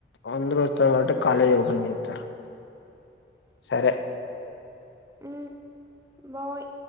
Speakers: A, on the left; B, on the right.
A: అందరు వస్తారంటె
B: హ్మ్.
A: కాలేజ్ ఓపెన్ చేత్తారు సరె
B: మ్ బాయ్